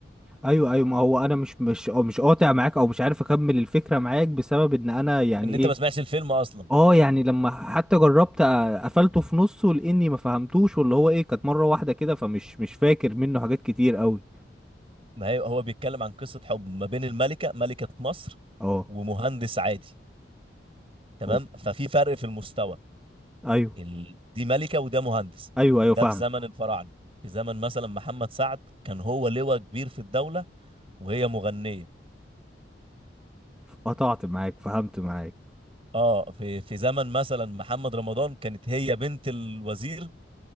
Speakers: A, in the centre; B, on the right (about 30°).
A: ايوه ايوه ما هو انا مش مش أو مش قاطع معاك او مش عارف اكمل الفكره معاك بسبب ان انا يعني
B: ان
A: ايه
B: انت ما سمعتش الفيلم اصلا
A: اه يعني لما حتى جربت أ- قفلته في نصه لاني ما فهمتوش واللي هو ايه كانت مره واحده كده فمش مش فاكر منه حاجات كتير قوي
B: ما هي هو بيتكلم عن قصة حب ما بين الملكة ملكة مصر
A: اه
B: ومهندس عادي تمام
A: و-
B: ففي فرق في المستوى
A: ايوه
B: ال... دي ملكة وده مهندس
A: ايوه ايوه
B: ده
A: فاهمك
B: في زمن الفراعنة في زمن مثلا محمد سعد كان هو لواء كبير في الدولة وهي مغنية
A: قطعت معاك فهمت معاك
B: اه في في زمن مثلا محمد رمضان كانت هي بنت الوزير